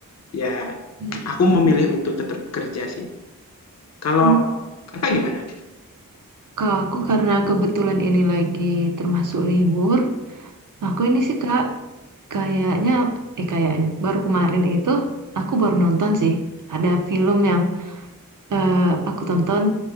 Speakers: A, on the left (about 50°); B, on the right (about 60°).
A: Ya,
B: Hmm.
A: aku memilih untuk tetap kerja sih. Kalau
B: Oh,
A: kakak gimana?
B: Kak, aku karena kebetulan ini lagi termasuk libur, aku ini sih Kak, kayaknya, eh kayaknya, baru kemarin itu aku baru nonton sih, ada film yang eh, aku tonton